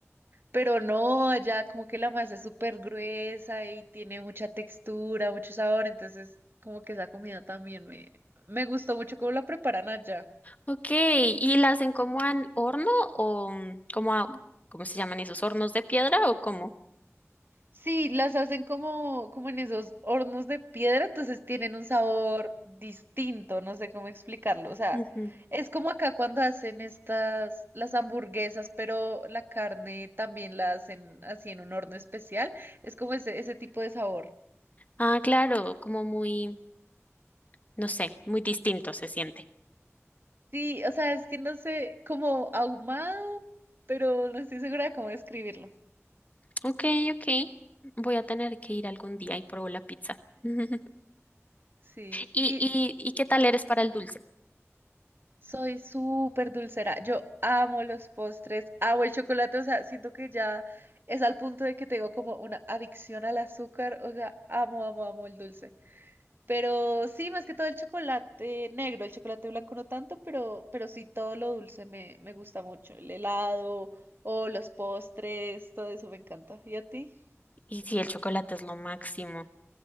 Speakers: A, on the right; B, on the left.
A: pero no, allá como que la masa es súper gruesa y tiene mucha textura, mucho sabor. Entonces, como que esa comida también me, me gustó mucho cómo la preparan allá.
B: Ok, ¿y la hacen como al horno o mm, como a, ¿cómo se llaman esos hornos de piedra o cómo?
A: Sí, las hacen como, como en esos hornos de piedra, entonces tienen un sabor distinto, no sé cómo explicarlo. O sea,
B: Ujú.
A: es como acá cuando hacen estas, las hamburguesas, pero la carne también la hacen así en un horno especial. Es como ese, ese tipo de sabor.
B: Ah, claro, como muy, no sé, muy distinto se siente.
A: Sí, o sea, es que no sé, como ahumado, pero no estoy segura de cómo describirlo.
B: Ok, ok. Voy a tener que ir algún día y probar la pizza. <laughs>
A: Sí,
B: ¿Y,
A: y
B: y, y qué tal eres para el dulce?
A: Soy súper dulcera. Yo amo los postres, amo el chocolate. O sea, siento que ya es al punto de que tengo como una adicción al azúcar. O sea, amo, amo, amo el dulce. Pero sí, más que todo el chocolate negro, el chocolate blanco no tanto, pero, pero sí todo lo dulce me, me gusta mucho. El helado o los postres, todo eso me encanta. ¿Y a ti?
B: Y sí, el chocolate es lo máximo.